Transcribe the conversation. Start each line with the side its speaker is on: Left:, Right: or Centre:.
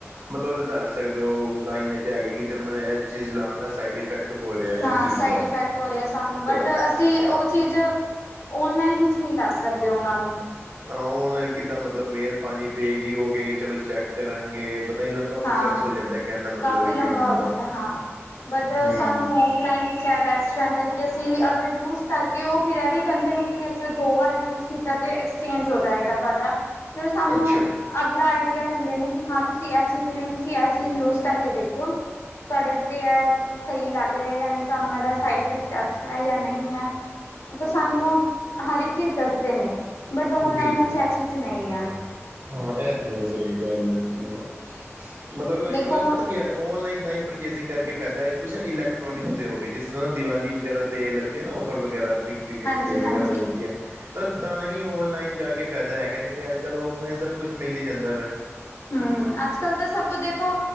Right: ਮਤਲਬ ਦੱਸ ਸਕਦੇ ਹੋ ਲਾਈਨ ਚ ਹੈਗਾ ਕਿ ਚ ਮੈਨੂੰ ਇਸ ਚੀਜ਼ ਲਾਣ ਦਾ ਸਾਈਡ ਇਫੈਕਟ ਹੋ ਰਿਹਾ
Left: ਹਾਂ
Right: ਇਸ ਚੀਜ਼
Left: ਸਾਈਡ
Right: ਨਾਲ
Left: ਇਫੈਕਟ ਹੋ ਰਿਹਾ ਸਾਨੂੰ, ਬਟ
Right: ਤੇ
Left: ਅਸੀਂ ਸੀ ਉਹ ਚੀਜ਼ ਔਨਲਾਈਨ ਇੱਚ ਨਈਂ ਦੱਸ ਸਕਦੇ ਉਹਨਾਂ ਨੂੰ
Right: ਹਾਂ, ਓਨਲਾਈਨ ਕਿੱਦਾਂ ਮਤਲਬ, ਮੇਲ ਪਾਣੀ ਪਏਗੀ। ਉਹ ਕਹਿ ਗੇ ਚਲੋ ਚੈੱਕ ਕਰਨਗੇ ਪਤਾ ਹੀ ਲੰਬਾ
Left: ਹਾਂ
Right: ਪ੍ਰੋਸੈਸ ਹੋ ਜਾਂਦਾ, ਕਹਿਣ ਦਾ ਮਤਲਬ
Left: ਕਾਫੀ ਲੰਬਾ
Right: ਕਿਉਂ ਉਹਨਾਂ
Left: ਹੋ
Right: ਦਾ
Left: ਜਾਂਦਾ ਹਾਂ। ਬਟ
Right: ਹੂੰ
Left: ਸਾਨੂੰ ਔਫਲਾਈਨ ਵਿੱਚ ਬੈਸਟ ਰਹਿੰਦਾ ਕਿ ਅਸੀਂ ਅਗਰ ਯੂਜ ਕਰਕੇ ਉਹ ਫਿਰ ਇਹ ਵੀ ਕਹਦੇ ਨੇਂ ਕਿ ਅੱਛਾ ਦੋ ਵਾਰ ਯੂਸ ਕੀਤਾ ਤੇ ਐਕਸਚੇਂਜ ਹੋ ਜਾਏਗਾ ਤੁਹਾਡਾ, ਫਿਰ ਸਾਨੂੰ
Right: ਅੱਛਾ
Left: ਅਗਲਾ ਆਈਡੀਆ ਦਿੰਦੇ ਨੇਂ, ਕਿ ਹਾਂ ਤੁਸੀਂ ਇਹ ਚੀਜ਼ ਨਈਂ, ਤੁਸੀਂ ਇਹ ਚੀਜ਼ ਯੂਜ ਕਰਕੇ ਦੇਖੋ। ਤੁਹਾਡੇ ਉੱਤੇ ਇਹ ਸਹੀ ਲੱਗ ਰਿਹਾ ਜਾਂ ਨਹੀਂ ਤੁਹਾਨੂੰ ਇਹਦਾ ਸਾਈਡਇਫੇਕਟ ਅੱਛਾ ਹੈ ਜਾਂ ਨਹੀਂ ਐ। ਤਾਂ ਸਾਨੂੰ ਉਹ ਹਰ ਇੱਕ ਚੀਜ਼ ਦੱਸਦੇ ਨੇਂ, ਬਟ ਓਨਲਾਈਨ
Right: ਬਿਲਕੁਲ
Left: ਵਿੱਚ ਇਹ ਚੀਜ਼ ਨਹੀਂ ਐ।
Right: ਹਾਂ ਇਹ ਤੇ ਹੈ ਸਹੀ ਗੱਲ ਹੈ ਮਤਲਬ ਮਤਲਬ
Left: ਦੇਖੋ ਹੁਣ
Right: <inaudible> ਔਨਲਾਈਨ <unintelligible> ਪਰਚੇਸਿੰਗ ਕਰਕੇ ਫਾਇਦਾ ਐ, ਕੁਛ ਨਾਂ ਇਲੈਕਟ੍ਰੋਨਿਕਸ ਦੇ ਹੋ ਗਏ, ਜਿਸ ਤਰ੍ਹਾਂ ਦੀਵਾਲੀ ਵਗੈਰਾ ਦੇ ਲੱਗਦੇ ਆ ਨਾਂ ਔਫਰ ਵਗੈਰਾ। ਬੀ ਬਿਲੀਅੰਸ
Left: ਹਾਂਜੀ-ਹਾਂਜੀ।
Right: ਡੇ ਵਗੈਰਾ ਲੱਗਦੀਆਂ ਤਾਂ ਹੀ ਔਨ ਲਾਈਨ ਜਾ ਕੇ ਫ਼ਾਇਦਾ ਹੈਗਾ ਨੀਂ ਤੇ ਅੱਜ-ਕੱਲ੍ਹ ਔਫਲਾਈਨ ਸਭ ਕੁਛ ਮਿਲ ਹੀ ਜਾਂਦਾ ਵੇ।
Left: ਹਂ, ਅਜ-ਕਲ ਤਾਂ ਸਭ ਕੁ ਦੇਖੋ